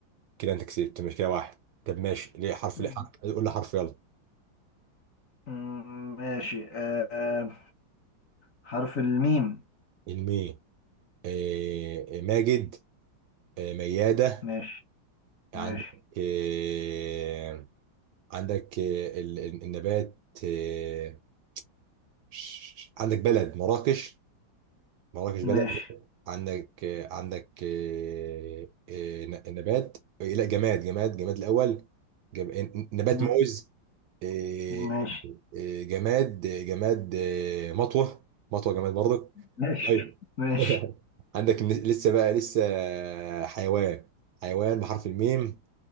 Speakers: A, on the right (about 70°); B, on the left (about 45°).
A: كده انت كسبت مش كده واحد طب ماشي ليه حرف
B: مم.
A: ليه حرف قول لي حرف يلا
B: مم، ماشي آه آه، حرف الميم
A: الميم آه، ماجد آه، ميادة
B: ماشي ماشي
A: عندك آه، عندك آه، ال- ال- النبات آه، ش- عندك بلد مراكش مراكش بلد
B: ماشي
A: عندك آه، عندك آه، آه، ن- نبات آه، لا جماد جماد جماد الأول جم- ن- نبات
B: مم،
A: موز آه،
B: ماشي
A: آه، جماد آه، جماد آه، مطوة مطوة جماد برضك
B: ماشي
A: طيب.
B: ماشي
A: <laughs> عندك ن- لسه بقى لسه حيوان حيوان بحرف الميم